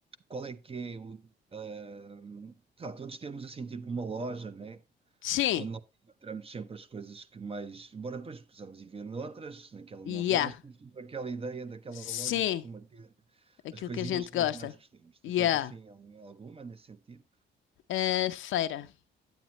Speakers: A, on the right; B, on the left.
A: qual é que é o. ah, sei lá, todos temos assim tipo uma loja, né?
B: Sim,
A: Onde nós encontramos sempre as coisas que mais. Embora depois possamos ir ver noutras, naquela
B: já.
A: não ver, mas temos sempre aquela ideia daquela
B: Sim.
A: loja que costuma ter
B: Aquilo
A: as coisinhas
B: que a gente
A: que
B: gosta.
A: nós mais gostamos. Tu
B: Yeah.
A: tens assim algum- alguma nesse sentido?
B: A feira.